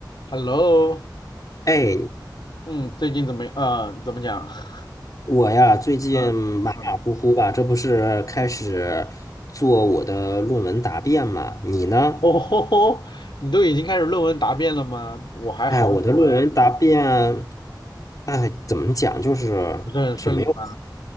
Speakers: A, on the left; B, on the left.
A: Hello，
B: 哎，
A: 嗯，最近怎么，呃，怎么讲？<laughs>
B: 我呀，最近马马虎虎吧，
A: 嗯嗯，
B: 这不是开始做我的论文答辩嘛？你呢？
A: 哦吼吼，你都已经开始论文答辩了吗？我还好久哎，
B: 哎，我的论文答辩，哎，怎么讲，就是挺没有，
A: 不是很顺利吗？